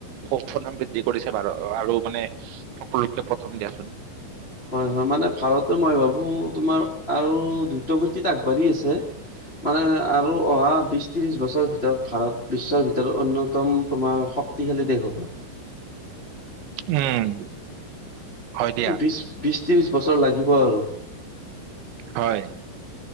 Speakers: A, on the right; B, on the left.
A: সু সনাম বৃদ্ধি কৰিছে ভাৰ- আৰু মানে সকলোতকে প্ৰথম দিয়াচোন।
B: হয় হয়। মানে ভাৰতে মই ভাবো তোমাৰ আৰু দ্ৰুত গতিত আগবাঢ়ি আছে। মানে আৰু অহা বিশ ত্ৰিশ বছৰ ভিতৰত ভাৰত বিশ্বৰ ভিতৰত অন্যতম তোমাৰ শ তিশালী দেশ হ'ব।
A: উম। হয় দিয়া
B: বিশ বিশ ত্ৰিশ বছৰ লাগিব আৰু।
A: হয়।